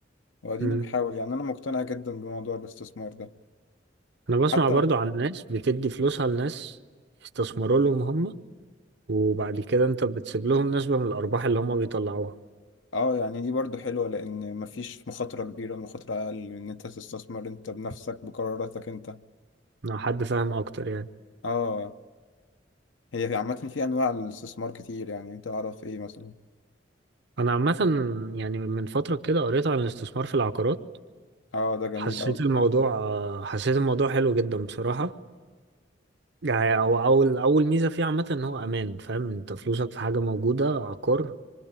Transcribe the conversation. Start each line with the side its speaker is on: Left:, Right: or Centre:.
Left: واديني
Right: مم.
Left: بحاول يعني انا مقتنع جدا بموضوع الاستثمار ده
Right: انا بسمع
Left: حتى
Right: برضو عن ناس بتدي فلوسها لناس يستثمروا لهم هم وبعد كده انت بتسيب لهم نسبة من الارباح اللي هم بيطلعوها
Left: اه يعني دي برضو حلوة لأن مفيش مخاطرة كبيرة المخاطرة أقل إن أنت تستثمر أنت بنفسك بقراراتك أنت
Right: انا حد فاهم اكتر يعني
Left: اه هي في- عامة في أنواع الاستثمار كتير يعني أنت أعرف إيه مثلا
Right: انا عامة يعني من فترة كده قريت عن الاستثمار في العقارات
Left: اه ده جميل
Right: حسيت
Left: أوي
Right: الموضوع آه، حسيت الموضوع حلو جدا بصراحة يعني هو اول اول ميزة فيه عامة ان هو امان فاهم انت فلوسك في حاجة موجودة عقار